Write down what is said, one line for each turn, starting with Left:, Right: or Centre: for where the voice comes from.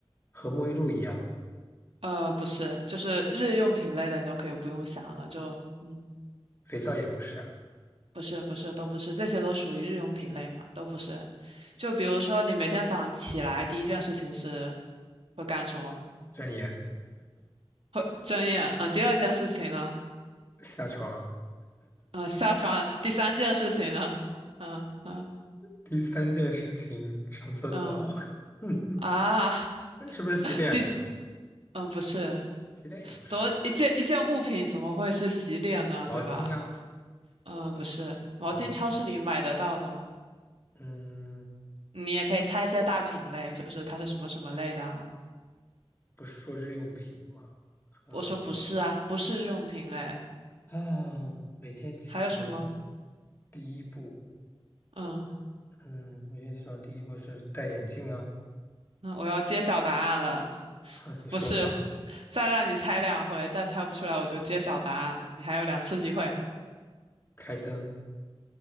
Left: 和沐浴露一样？
Right: 呃，不是，就是日用品类的，你都可以不用想了。就嗯，
Left: 肥皂也不是，
Right: 不是不是，都不是，这些都属于日用品类嘛，都不是。就比如说，你每天早上起来第一件事情是会干什么？
Left: 转眼
Right: 会睁眼。嗯，第二件事情呢？
Left: 下床。
Right: 嗯，<laughs> 下床。第三件事情呢？嗯嗯
Left: 第三件事情，上厕所，
Right: 嗯
Left: <laughs>
Right: 啊。<laughs>
Left: 是不是洗脸呀？
Right: 对，嗯，不是，
Left: 洗脸也不是啊，
Right: 怎么一件一件物品怎么会是洗脸呢？
Left: 毛巾呀，
Right: 对吧？嗯，不是，毛巾超市里买得到的，
Left: 毛巾，嗯，
Right: 你也可以猜一些大品类，就是它是什么什么类的啊？
Left: 不是说日用品吗？呃，
Right: 我说不是啊，不是日用品类，
Left: 啊，每天起床
Right: 还有什么？
Left: 第一步，
Right: 嗯，
Left: 嗯，每天起床第一步是戴眼镜啊。
Right: 那我要揭晓答案了，
Left: <laughs> 哼，你说吧，
Right: 不是，再让你猜两回，再猜不出来我就揭晓答案，你还有两次机会，
Left: 开灯，